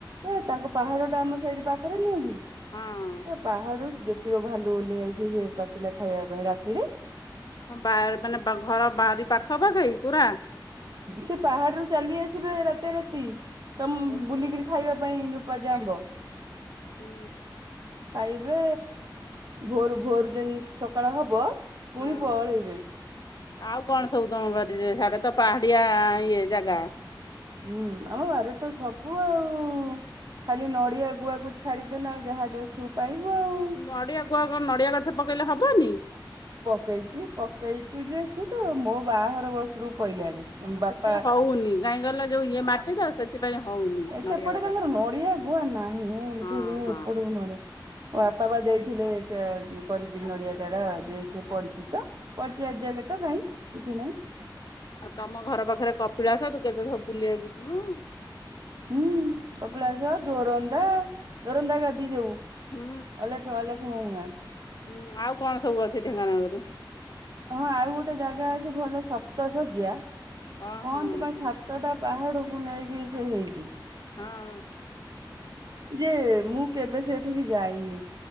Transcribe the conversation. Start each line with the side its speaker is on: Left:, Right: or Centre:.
Right: ଏ ତାଙ୍କ ପାହାଡ ଟା ଆମ ସେଇଟି ପାଖରେ ନୁହଁ କି
Left: ହଁ।
Right: ଏ ପାହାଡରୁ ଯେତିକ ଭାଲୁ ଓଲ୍ହେଇ ଆସିବେ ସେ ପାଚିଲା ଖାଇବା ପାଇଁ ରାତିରେ।
Left: ହଁ ବା ମାନେ ଘର ବାରି ପାଖପାଖଇ ପୁରା।
Right: ସେ ପାହାଡ ରୁ ଚାଲି ଆସିବେ ରାତା ରାତି ବୁଲିକରି
Left: ଓହୋ।
Right: ଖାଇବା ପାଇଁ ଯୋଉ ବାଜା ଆମ୍ବ।
Left: ହୁଁ।
Right: ଖାଇବେ, ଭୋରୁ ଭୋରୁ ଯେମିତି ସକାଳ ହବ ପୁଣି
Left: ହଁ
Right: ପଳେଇବେ।
Left: ଆଉ କଣ ସବୁ ତମ ବାରିରେ ସିଆଡ଼େତ ପାହାଡିଆ ଇଏ ଜାଗା।
Right: ହୁଁ ଆମ ବାରିରେ ତ ସବୁ ଆଉ। ଖାଲି ନଡିଆ, ଗୁଆକୁ ଛାଡିଦେଲେ ଆଉ ଯାହା ଦେଖିବୁ ପାଇବୁ ଆଉ।
Left: ନଡ଼ିଆ ଗୁଆ କଣ ନଡ଼ିଆ ଗଛ ପକେଇଲେ ହବନି।
Right: ପକେଇଛି ପକେଇଚୁ ଯେ ସିଏତ ମୋ ବାହାଘର ବର୍ଷରୁ ପଇଲାଣି। ବାପା
Left: ଏତେ ହଉନି କାହିଁ କହିଲ ଯୋଉ ଇଏ ମାଟି ତ ସେଥିପାଇଁ ହଉନି।
Right: ଏ
Left: ନଡିଆ
Right: ସେପଟେ
Left: ଗଛ
Right: ତାଙ୍କର
Left: ଟା।
Right: ନଡିଆ ଗୁଆ ନାହିଁ ବୋଲି
Left: ହଁ
Right: ସେ ଯେ
Left: ହଁ
Right: ଏପଟକୁ ନଡିଆ ବାପା ବା ଦେଇଥିଲେ ଯେ କରିକିରି ନଡିଆ ଚାରା ଯେ ସେ ପଡିଛି ତ। ପଡିଛି ଆଜି ଜାକେ ତ କାହିଁ କିଛି ନାହିଁ।
Left: ଆଉ ତମ ଘର ପାଖରେ କପିଳାସ ତୁ କେତେଥର ବୁଲିବାକୁ ଜିବୁଣୁ।
Right: ହୁଁ କପିଳାସ, ଜୋରନ୍ଦା ଜୋରନ୍ଦା ଗାଦି ଯୋଉ।
Left: ହୁଁ
Right: ଅଲେଖ ଅଲେଖ ମହିମା
Left: ହୁଁ ଆଉ କଣ ସବୁ ଅଛି ଢେଙ୍କାନାଳରେ।
Right: ହଁ ଆଉ ଗୋଟେ ଜାଗା ଅଛି ଭଲ ସପ୍ତଶଯ୍ୟା
Left: ହଁ
Right: କହନ୍ତି
Left: ହଁ
Right: କଣ
Left: ହଁ
Right: ସାତଟା ପାହାଡକୁ ନେଇକି ସେ ହେଇଛି।
Left: ହଁ।
Right: ଯେ ମୁଁ କେବେ ସେଠିକି ଯାଇନି।